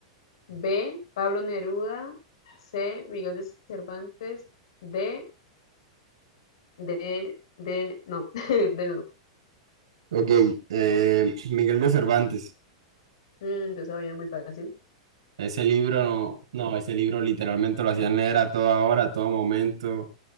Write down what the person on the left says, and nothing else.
B, Pablo Neruda, C, Miguel de Cervantes, D, D, D, no, <laughs> D no.
Mm, yo sabía muy fácil.